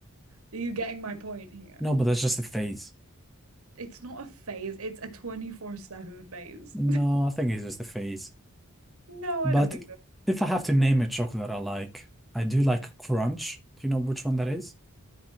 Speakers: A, on the right (about 80°); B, in the centre.
A: you getting my point here?
B: No, but that's just a phase.
A: It's not a phase, it's a 24/7 phase.
B: No, I think it's just a phase.
A: No,
B: But
A: I don't think so.
B: if I have to name a chocolate I like, I do like Crunch. Do you know which one that is?